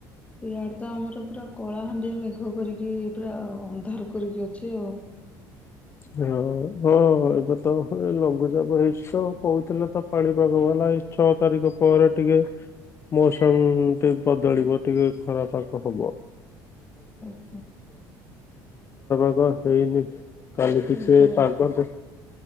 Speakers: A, on the left; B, on the left.
A: ଇଆଡେ ତ ଆମର ପୁରା କଳା ହାଣ୍ଡିଆ ମେଘ କରିକି ପୁରା ଅନ୍ଧାର କରିକି ଅଛି ଆଉ।
B: ହ ହଁ ଏବେ ତ ଲଘୁଚାପ ହେଇଚି ତ କହୁଥିଲେ ତ। ପାଣିପାଗ ବାଲା ଏଇ ଛଅ ତାରିଖ ପରେ ଟିକେ ମୌସମ ଟିକେ ବଦଳିବ ଟିକେ ଖରା ପାଗ ହବ।
A: ଆଜ୍ଞା
B: <unintelligible> ଟିକେ
A: ଆଜି ତ
B: ପାଗ ଦେ